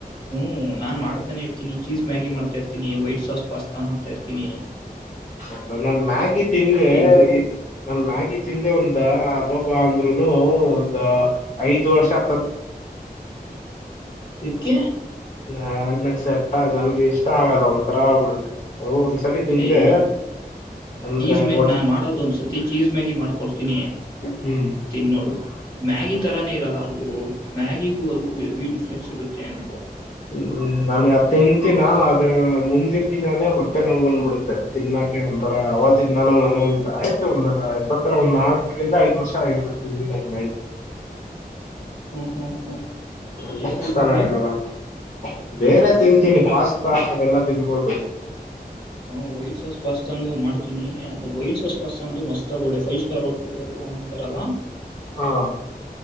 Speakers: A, on the left (about 30°); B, on the left (about 45°).
A: ಹ್ಹೂ. ನಾನ್ ಮಾಡತ್ತನೆ ಇರ್ತೀನಿ ಚೀಸ್ ಮ್ಯಾಗಿ ಮಾಡ್ತಾ ಇರ್ತನಿ ವೈಟ್ಸ್. ತ್ತೊಸ್ ಸ್ಪಾಸ್ತಾ ಮಾಡ್ತಾ ಇರ್ತೀನಿ.
B: ಔ ದನಲ್ಲ್. ಮ್ಯಾಗಿ ತ್ತಿಂದೆ
A: ಇದು
B: ನನ್ ಮ್ಯಾಗಿದ. ತಿಂದೆ ಒಂದಾ ಅಬ್ಬಬಾ ಅಂದ್ರುನು ಒಂದ ಐದ ವರ್ಷಾ.
A: ಇದ್ಕೆ.
B: ನಾನ್ಗ್ ಸೆಟ್ಟ ಅಗಲ್ಗೆ ಇಷ್ಟ ಆಗಲ್ಲ ಒ್ ತರ ಆಗ್ಬಿಡುತ್ತೆ. ಓ ಒಂದ್ಸಲಿ ತಿಂದೆ
A: ಏಯ್
B: ಅಂದ್ರೆ
A: ಚೀಸ್ ಮ್ಯ
B: ಒಟ್
A: ನಾನ್ ಮಾಡೋದು ಒಂದ್ಸತಿ ಚೀಸ್ ಮ್ಯಾಗಿ ಮಾಡ. ತಿನಿ
B: ಹ್ಮ್
A: ತಿನ್ದ ನೋಡು. ಮ್ಯಾಗಿ ಈ ತರಾನೇ ಇರಲ್ಲ ಅದು ಮ್ಯಾಗಿಗೂ ಅದಕ್ಕೂ ಹೆವಿ ಡಿಫ್ರೆನ್ಸ್ ಇರುತ್ತೆ. ಟೆನ್
B: ಹ್ಮ ನನಗೆ ಅತ್ತಂತಿನ. ಮುಂದಿನ ದಿನಾನೇ ಹೊಟ್ಟೆ ನೋವ್ ಬಂದ್ಬಿಡುತ್ತೆ ತಿನ್ನಾಕೆ ಒಂದಥರ ಅವ ತಿಂದಾನ ನನಂದ ಆಯ್ತು ಒಂದ ಆತ್ತತ್ರರ ಒಂದ್ ನಾಲ್ಕರಿಂದ ಐದ್ ವರ್ಷ ಆಗಿರುತ್ತೆ ತಿಂದಿನ <unintelligible>
A: ಹ್ಮ್ ಹ್ಮ್ ಹ್ಮ್
B: ನನಗಿಷ್ಟನೆ
A: ಏನ್ ತುಕ್ಕಂಗೆ
B: ಆಗಲ್ಲಪ. ಬೇರೆ ತಿಂತೀನಿ ಪಾಸ್ತಾ ಅವೆಲ್ಲಾ ತಿನ್ಬೋದು.
A: ಹ್ಮ ವೈಟ್ ಸಾಸ್ ಪಾಸ್ತಾನು ಮಾಡ್ತೀನಿ ಅದು ವೈಟ್ ಸಾಸ್ ಪಾಸ್ತ ಅಂತೂ ಮಸ್ತ್ ಆ ಒಳ್ಳೆ ಫೈವ್ ಸ್ಟಾರ್ ಹೊ <unintelligible> ಎಲ್ಲಾ ಮಾಡ್ತಾರಲ್ಲ.
B: ಹಾ